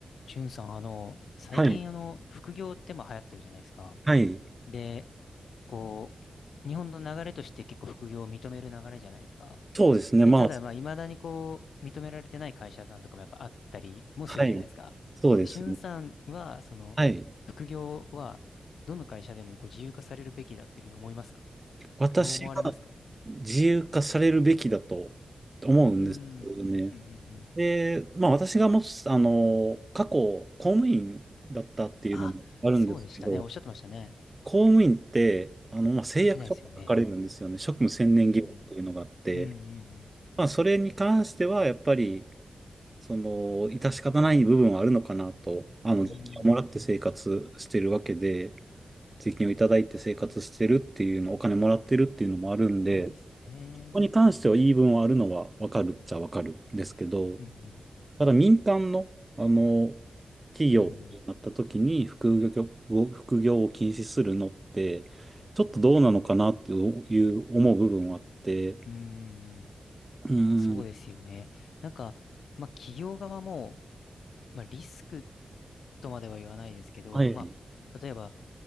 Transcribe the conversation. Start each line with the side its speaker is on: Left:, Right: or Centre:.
Left: しゅんさん、あの、最近、
Right: はい。
Left: あの、副業ってまあ流行ってるじゃないですか。
Right: はい。
Left: で、こう、日本の流れとして結構副業を認める流れじゃないですか。
Right: そうですね。
Left: で、
Right: まあ、
Left: ただ、まあ、未だにこう、認められてない会社さんとかもやっぱあったりもするじゃないですか。
Right: はい。そうですね。
Left: で、しゅんさんは、その、
Right: はい。
Left: 副業は、どの会社でもこう自由化されるべきだっていうふうに思いますか
Right: 私は
Left: どう思われますか
Right: 自由化されるべきだと思うんですよね。
Left: うーん、うん、うん、うん。
Right: で、まあ私がもし、あの、過去公務員だったっていうのもあるんですけど、
Left: あ、そうでしたね。おっしゃってましたね。
Right: 公務員って、あの、まあ誓約書が書かれるんですよね。
Left: できないですよね。
Right: 職務専念義務っていうのがあって、
Left: うん、うん、うん、
Right: まあそれに関してはやっぱり、その、致し方ない部分はあるのかなと、あの、
Left: うん。
Right: 税金をもらって生活してるわけで、
Left: うー
Right: 税金をいただいて生活してるっていうの、お金もらってるっていうのもあるんで、
Left: そうですよね。
Right: ここに関しては言い分はあるのはわかるっちゃわかるんですけど、
Left: うんうん。
Right: ただ民間の、あの、企業になった時に副業、
Left: うん
Right: 副業を禁止するのって、ちょっとどうなのかなっていう思う部分はあって、
Left: うん。うーん。
Right: うーん、
Left: そうですよね。なんか、まあ企業側も、まあリスクとまでは言わないですけど、
Right: はい。
Left: まあ例えば